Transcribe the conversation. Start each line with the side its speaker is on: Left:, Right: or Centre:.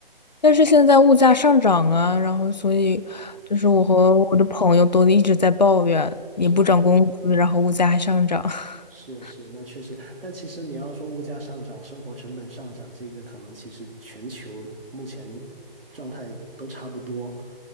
Left: 但是现在物价上涨啊，然后所以就是我和我的朋友都一直在抱怨，
Right: 是
Left: 也不涨工资，
Right: 是
Left: 然后物价还上涨。<laughs>
Right: 是是，那确实。但其实你要说物价上涨、生活成本上涨，这个可能其实全球目前状态都差不多。